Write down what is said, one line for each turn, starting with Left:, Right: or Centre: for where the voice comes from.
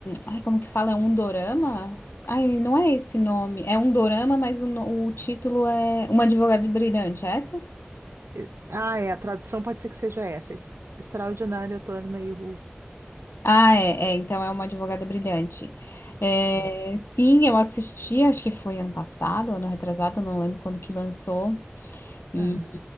Left: Ai, como que fala? É um dorama? Ai, não é esse nome. É um dorama, mas o, no- o título é Uma Advogada Brilhante, é essa?
Right: E- Ah, é, a tradução pode ser que seja essa. Es- Extraordinária Tornei U.
Left: Ah, é, é, então é Uma Advogada Brilhante. É,
Right: É.
Left: sim, eu assisti, acho que foi ano passado, ano retrasado, não lembro quando que lançou. E,
Right: aham,